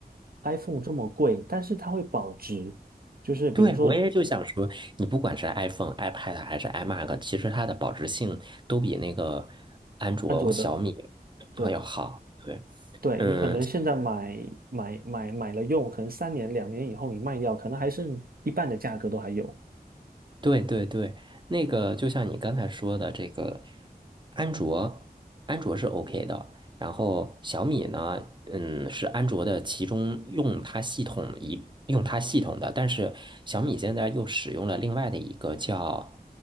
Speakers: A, on the right (about 65°); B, on the right (about 30°).
A: iPhone 这么贵，但是它会保值，就是比如说
B: 对，我也就想说，你不管是 iPhone、iPad 还是 iMac，其实它的保值性都比那个安卓、
A: 安卓的，
B: 小米
A: 对
B: 要好。对。
A: 对，
B: 嗯。
A: 你可能现在买买买买了用，可能三年两年以后你卖掉，可能还剩一半的价格都还有。
B: 对对对，那个就像你刚才说的，这个安卓，安卓是 OK 的。然后小米呢，嗯，是安卓的其中用它系统一用它系统的，但是小米现在又使用了另外的一个叫